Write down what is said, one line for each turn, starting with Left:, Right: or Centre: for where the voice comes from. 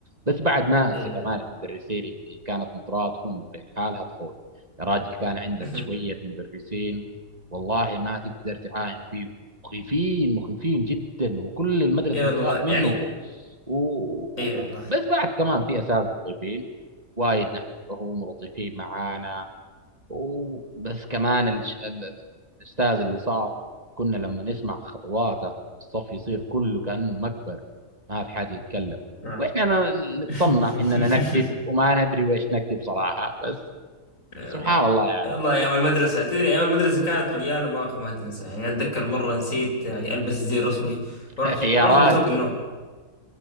Right: بس بعد ما
Left: اي
Right: أنسى كمان
Left: والله
Right: المدرسين اللي كانت نظراتهم لحالها تخوف يا راجل كان عندنا
Left: <laughs>
Right: شوية مدرسين والله ما تقدر تعاين فيهم مخيفين مخيفين جدا وكل المدرسه
Left: اي والله
Right: بتخاف منهم
Left: يعني
Right: و... و...
Left: اي
Right: و-
Left: والله
Right: بس بعد كمان في اساتذه طيبين وايد نحبهم ولطيفين معانا وبس كمان الش... ال... ال- الاستاذ اللي صار كنا لما نسمع خطواته الصف يصير كله كانه مقبره ما في حد يتكلم
Left: آه.
Right: واحنا ن- نتصنع
Left: <laughs>
Right: اننا نكتب وما ندري ويش نكتب صراحه بس
Left: اي
Right: سبحان
Left: والله
Right: الله يعني
Left: اي والله <laughs> ايام المدرسة تدري ايام المدرسة كانت مليانة مواقف ما تنسى يعني اتذكر مرة نسيت يعني البس الزي الرسمي
Right: <laughs>
Left: ورحت
Right: يا
Left: رحت
Right: راجل
Left: بثوب النوم <laughs>